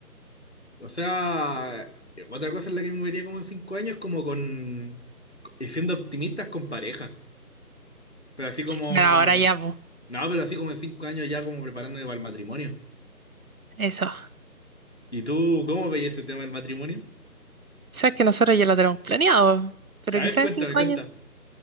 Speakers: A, on the left (about 45°); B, on the right (about 60°).
A: o sea, eh, otra cosa en la que me moriría como en cinco años, como con y siendo optimistas con pareja. Pero así como,
B: Pero ahora ya, pues,
A: no, pero así como en cinco años ya como preparándome para el matrimonio.
B: eso.
A: ¿Y tú cómo veías ese tema del matrimonio?
B: Sabes que nosotros ya lo tenemos planeado, pero
A: A
B: quizás
A: ver, cuéntame,
B: en cinco
A: cuenta.
B: años.